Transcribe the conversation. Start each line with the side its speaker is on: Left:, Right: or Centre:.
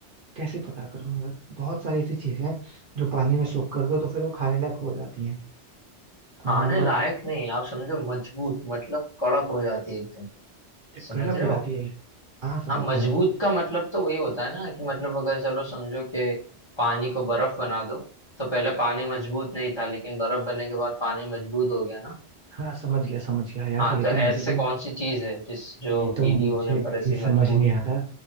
Right: कैसे पता करूंगा बहुत सारी ऐसी चीजें हैं जो पानी में सोख कर दो तो फिर वो खाने लायक हो जाती हैं
Left: खाने
Right: हाँ बट
Left: लायक नहीं है, आप समझो मजबूत मतलब कड़क हो जाती है एकदम
Right: जब
Left: समझ
Right: कड़क
Left: रहे
Right: हो जाती
Left: हो
Right: है हाँ समझ
Left: हाँ मजबूत
Right: गया
Left: का मतलब तो वही होता है ना कि मतलब अगर चलो समझो कि पानी को बर्फ बना दो तो पहले पानी मजबूत नहीं था लेकिन बर्फ बनने के बाद पानी मजबूत हो गया ना
Right: हाँ समझ गया समझ गया यार
Left: हाँ
Right: ये
Left: तो ऐसे
Right: तो मुझे भी
Left: कौन सी चीज है जिस जो
Right: ये तो
Left: गीली
Right: मुझे
Left: होने पर
Right: भी
Left: ऐसी
Right: समझ
Left: मजबूत
Right: नहीं आ रहा